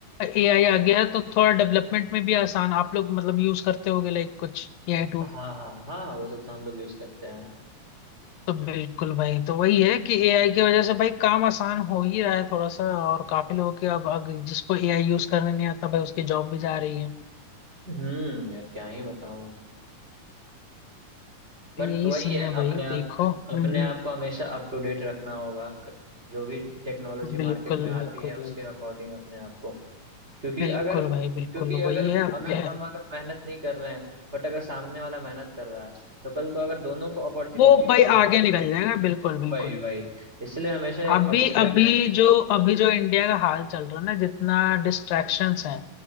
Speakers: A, on the left; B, on the right.
A: एआई आ गया है, तो थोड़ा डेवलपमेंट में भी आसान आप लोग मतलब यूज करते होगे लाइक कुछ एआई
B: हाँ हाँ हाँ हाँ वो सब तो हम लोग यूज करते हैं
A: तो बिल्कुल भाई तो वही है कि एआई की वजह से भाई काम आसान हो ही रहा है थोड़ा सा और काफी लोगों के अब अब जिसको एआई यूज करने नहीं आता भाई उसकी जॉब भी जा रही है
B: हम्म यार क्या ही बताऊं बट
A: तो यही
B: वही
A: सीन
B: है
A: है भाई
B: अपने आप
A: देखो हम्म
B: अपने आप
A: हम्म,
B: को हमेशा अप टू डेट रखना होगा क- जो भी टेक्नोलॉजी
A: बिल्कुल
B: मार्केट में आती
A: बिल्कुल
B: है उसके अकॉर्डिंग अपने आप को क्योंकि
A: बिल्कुल
B: अगर
A: भाई बिल्कुल
B: क्योंकि
A: वही
B: अगर
A: है
B: अगर
A: अपने
B: हम अगर मेहनत नहीं कर रहे हैं बट अगर सामने वाला मेहनत कर रहा है तो कल को अगर दोनों को अपॉर्चुनिटी
A: वो
B: कुछ
A: भाई
B: मिल
A: आगे निकल जाएगा बिल्कुल बिल्कुल
B: वही वही इसलिए हमेशा
A: अभी
B: अप टू
A: अभी
B: डेट रहना
A: जो अभी जो इंडिया का हाल चल रहा है ना जितना डिस्ट्रैक्शंस हैं